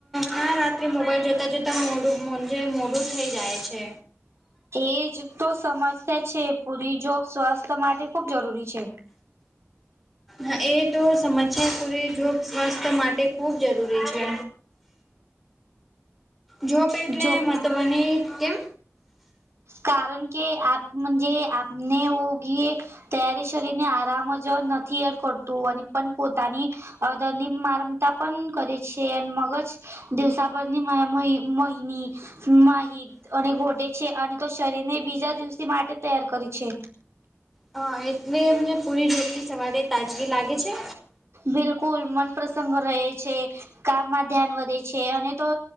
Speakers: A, in the centre; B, on the right (about 70°).
A: ના રાત્રે મોબાઈલ જોતા જોતા મોડુંજ મોડું જ થઈ જાય છે.
B: એજ તો સમસ્યા છે પૂરી જોબ સ્વાસ્થ્ય માટે ખૂબ જરૂરી છે.
A: હ એ તો સમસ્યા પૂરી જોગ સ્વાસ્થ્ય માટે ખૂબ જરૂરી છે. જોબ એટલે
B: જો
A: મને કેમ.
B: કારણ કે આપ મંજે આપને ઓગી. ત્યારે શરીર ને આરામજ નથી એર કરતું અને પણ પોતાની. અ ધની મારમતા પણ કરે છે અને મગજ. દિવસાભરની મહિની માહિત અને ગટેે છે અને. શરીર ને બીજા દિવસે માટે તૈયાર કરી છે.
A: અ એટલે મ પૂરી જોડથી સવારે તાજગી લાગે છે.
B: બિલકુલ મન પ્રસંગ રહે છે કામમાં ધ્યાન વધે છે અને તો.